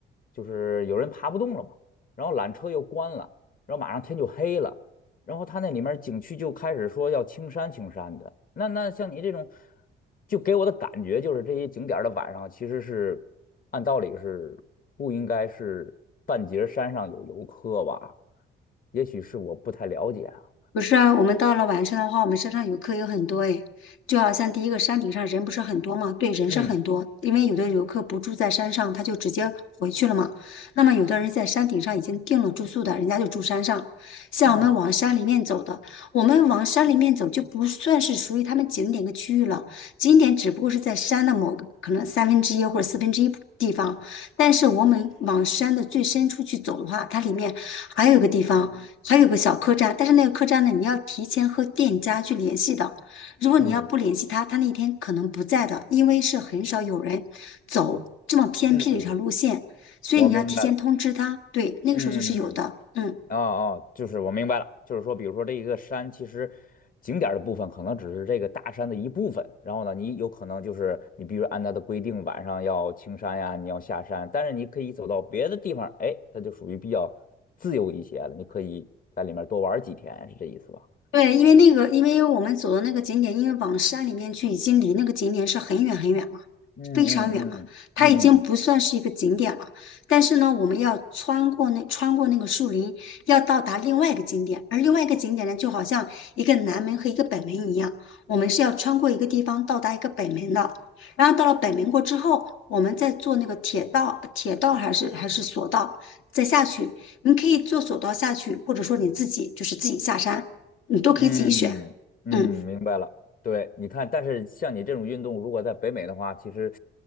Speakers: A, on the left (about 45°); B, on the left (about 80°).
A: 就是有人爬不动了嘛，然后缆车又关了，然后马上天就黑了。然后他那里面景区就开始说要青山青山的。那那像你这种，就给我的感觉就是这些景点儿的晚上其实是按道理是不应该是半截儿山上有游客吧？也许是我不太了解啊。
B: 不是啊，我们到了晚上的话，我们山上游客有很多诶，就好像第一个山顶上人不是很多嘛，对，人是很多，
A: 嗯
B: 因为有的游客不住在山上，他就直接回去了嘛。那么有的人在山顶上已经订了住宿的，人家就住山上。像我们往山里面走的，
A: 嗯
B: 我们往山里面走就不算是属于他们景点的区域了，景点只不过是在山的某个可能三分之一或者四分之一地方，但是我们往山的最深处去走的话，它里面还有一个地方。还有个小客栈，但是那个客栈呢，你要提前和店家去联系的。如果你要不联系他，
A: 嗯
B: 他那天可能不在的，因为是很少有人走这么偏僻的一条路线，
A: 嗯，
B: 所以你要提前通知他。
A: 我明白了。
B: 对，那个时候就是有的，
A: 嗯嗯。嗯
B: 嗯。
A: 哦哦，就是我明白了，就是说，比如说这一个山，其实景点儿的部分可能只是这个大山的一部分，然后呢，你有可能就是你必须按它的规定，晚上要青山呀，你要下山，但是你可以走到别的地方，哎，它就属于比较自由一些了，你可以在里面多玩儿几天，是这意思吧？
B: 对，因为那个，因为我们走的那个景点，因为往山里面去，已经离那个景点是很远很远了，
A: 嗯嗯嗯嗯嗯，
B: 非常远了。它已经不算是一个景点了。
A: 嗯
B: 但是呢，我们要穿过那穿过那个树林，要到达另外一个景点。而另外一个景点呢，就好像一个南门和一个北门一样，我们是要穿过一个地方到达一个北门的。然后到了北门过之后，我们再坐那个铁道，铁道还是还是索道，再下去。你可以坐索道下去，或者说你自己就是自己下山。你都可以自己选。
A: 嗯嗯，
B: 嗯
A: 明白了。对，你看，但是像你这种运动，如果在北美的话，其实，